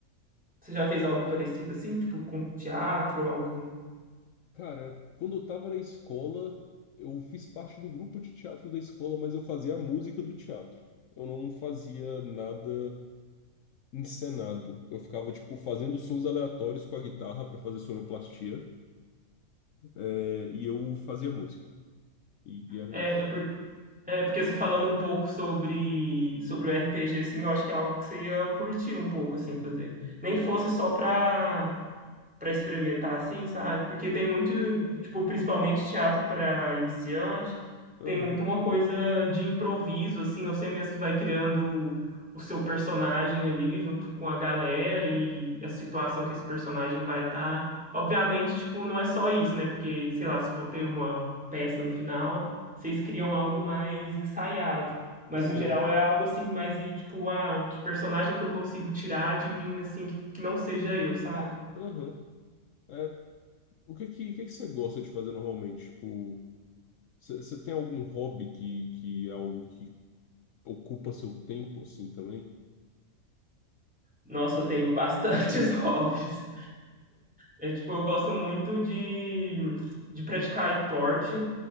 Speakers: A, in the centre; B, on the left.
A: você já fez algo parecido, assim, tipo, com teatro, algo...
B: Cara, quando eu tava na escola, eu fiz parte do grupo de teatro da escola, mas eu fazia a música do teatro. Eu não fazia nada. encenado. Eu ficava, tipo, fazendo sons aleatórios com a guitarra para fazer sonoplastia, é, e eu fazia música. E, e era
A: É,
B: isso.
A: é por- é, porque você falando um pouco sobre, sobre o RPG, assim, eu acho que é algo que você ia curtir um pouco, assim, fazer. Nem que fosse só pra para experimentar assim, sabe? Porque tem muito, tipo, principalmente teatro para iniciante,
B: Aham,
A: tem muito uma coisa de improviso, assim, você mesmo que vai criando o seu personagem ali junto com a galera e a situação que esse personagem vai estar. Obviamente, tipo, não é só isso, né? Porque, sei lá, se for ter uma peça no final, vocês criam algo mais ensaiado. Mas
B: sim.
A: no geral é algo assim, mais e tipo, ah, que personagem que eu consigo tirar de mim, assim, que, que não seja eu, sabe?
B: Aham. É, o que que, o que que você gosta de fazer normalmente? Tipo, você você tem algum hobby que, que é algo que ocupa seu tempo, assim, também?
A: Nossa, eu tenho bastantes <laughs> hobbies. É, tipo, eu gosto muito de, de praticar esporte.